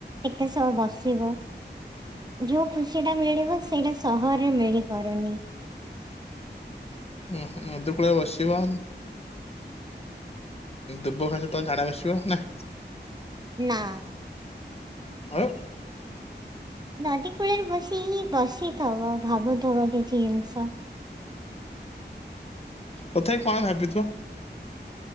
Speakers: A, on the right; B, on the left.
A: ଟିକେ ସହ ବସିବ। ଯୋଉ ଖୁସି ଟା ମିଳିବ ସେଇଟା ସହରରେ ମିଳିପାରୁନି।
B: ଓ ହୁ ନଦୀକୁଳେ ବସିବା ଦୁବ ଘାସ ତ ଝାଡା ବସିବ ନା
A: ନା।
B: ଆଉ।
A: ନଦୀ କୂଳରେ ବସିି ବସିଥିବ ଭାବୁଥିବ କିଛି ଜିନିଷ।
B: ତଥାପି କଣ ଭାବିଥିବ।